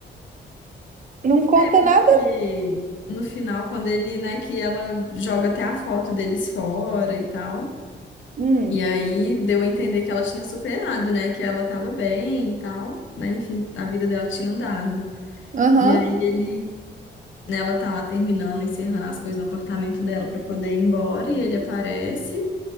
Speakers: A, on the right; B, on the left.
A: Não conta
B: É, porque
A: nada.
B: no final, quando ele, né, que ela joga até a foto deles fora e tal.
A: Hum.
B: E aí deu a entender que ela tinha superado, né? Que ela tava bem e tal, né? Enfim, a vida dela tinha andado.
A: Aham,
B: E aí ele né, Ela tá lá terminando, encerrando as coisas no apartamento dela para poder ir embora e ele aparece